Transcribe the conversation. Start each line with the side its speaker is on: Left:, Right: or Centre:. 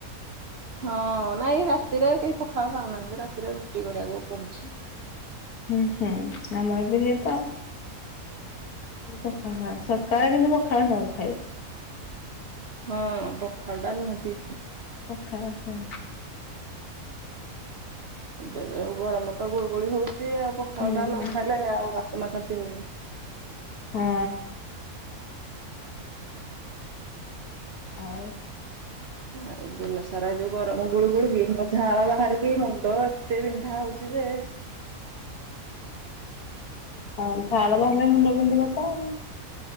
Right: ହଁ ନାଇଁ ରାତିରେ କେହି ପଖାଳ ଖାଉନାହାନ୍ତି ରାତିରେ ରୁଟି କରିବାକୁ ପଡୁଛି।
Left: ହୁଁ ହୁଁ ଆମର ବି ହେଇତ। ପଖାଳ ଖାଏ ସକାଳେ କିନ୍ତୁ ପଖାଳ ଖାଏ।
Right: ହଁ ଅବ ଥଣ୍ଡା ନିହାତି।
Left: ଖା ସେ
Right: ଏ ଯୋଉ ଗରମ ତ ଗୁଳୁଗୁଳି ହଉ ସିଏ ଆଉ ପଖାଳ
Left: ହଁ
Right: ଟା ନଖାଇଲେ ଆଉ। ମନ ଶାନ୍ତି ହଉନି।
Left: ହଁ। ଆଉ।
Right: ଆଉ ଦିନ ସାରା ଯୋଉ ଗରମ ଗୁଳୁ ଗୁଳୁ କିି ମୋ ଝାଳ ବାହାରିକି ମୁଣ୍ଡ ଏତେ ବିନ୍ଧାହେଉଚି ଯେ
Left: ହୁଁ ହଁ ଝାଳ
Right: ଆଉ
Left: ବାହାରିଲେ ମୁଣ୍ଡ ବିନ୍ଧିବ। ବାଏ